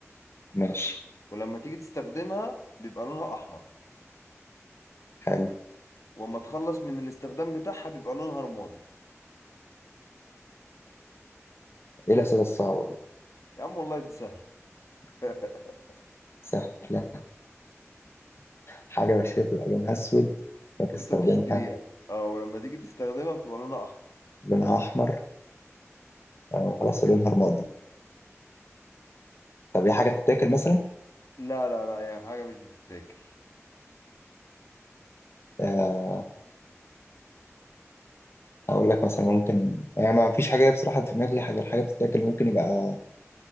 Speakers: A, on the left; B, on the left.
A: ماشي
B: ولما تيجي تستخدمها بيبقى لونها احمر
A: حلو
B: وما تخلص من الاستخدام بتاعها بيبقى لونها رمادي
A: ايه الاسئله الصعبه دي
B: يا عم والله دي سهلة <laughs>
A: سهلة حاجة بشرتها لونها أسود بتستخدمها
B: وانت بتشتريها اه ولما تيجي تستخدمها بتبقى لونها احمر
A: لونها أحمر آه، خلاص لونها رمادي طب هي حاجة بتتاكل مثلا؟
B: لا لا لا هي حاجة مش بتتاكل
A: آه، أقول لك مثلا ممكن يعني ما فيش حاجة بصراحة في دماغي حاجة الحاجة بتتاكل ممكن يبقى